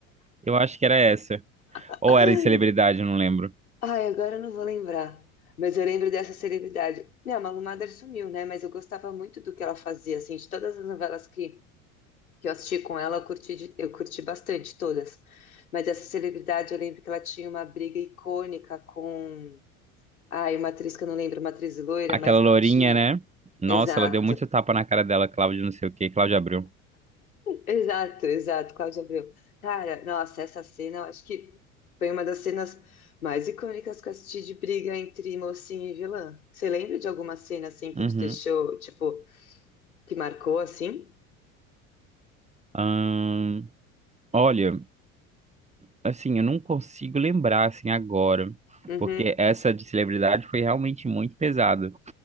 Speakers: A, on the right; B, on the left.
A: Eu acho que era essa.
B: Ah,
A: Ou era de celebridade, eu não lembro.
B: Ai, agora eu não vou lembrar. Mas eu lembro dessa celebridade. Não, a Malu Mader sumiu, né? Mas eu gostava muito do que ela fazia, assim, de todas as novelas que, que eu assisti com ela, eu curti, de- eu curti bastante todas. Mas essa celebridade, eu lembro que ela tinha uma briga icônica com. Ai, uma atriz que eu não lembro, uma atriz loira,
A: Aquela
B: mais batinha.
A: lourinha, né? Nossa,
B: Exato,
A: ela deu muito tapa na cara dela, Cláudia, não sei o quê, Cláudia Abreu.
B: exato, exato, Cláudio Abreu. Cara, nossa, essa cena, eu acho que foi uma das cenas mais icônicas que eu assisti de briga entre mocinho e vilã. Você lembra de alguma cena assim que
A: Uhum.
B: te deixou, tipo, que marcou assim?
A: Ahn, olha, assim, eu não consigo lembrar assim agora,
B: Uhum,
A: porque essa de celebridade foi realmente muito pesada.